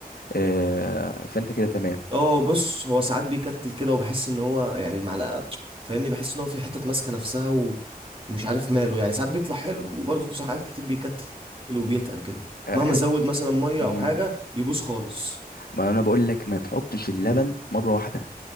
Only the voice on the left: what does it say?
آه، فانت كده تمام
آه،
حت
مم.
ما انا بقول لك ما تحطش اللبن مره واحده